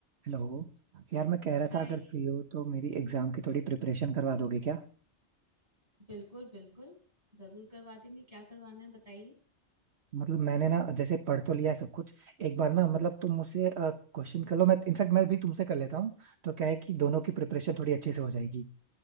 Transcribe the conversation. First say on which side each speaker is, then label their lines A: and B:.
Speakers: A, on the right; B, on the right.
A: हेलो यार मैं कह रहा
B: हाय
A: था अगर फ्री हो तो मेरी एग्जाम की थोड़ी प्रिपरेशन करवा दोगे क्या
B: बिल्कुल बिल्कुल जरूर करवा देंगे क्या करवाना है बताइए
A: मतलब मैंने ना जैसे पढ़ तो लिया है सब कुछ एक बार ना मतलब तुम मुझसे क्वेश्चन कर लो मैं इनफैक्ट मैं भी तुमसे कर लेता हूँ तो क्या है कि दोनों की प्रिपरेशन थोड़ी अच्छे से हो जाएगी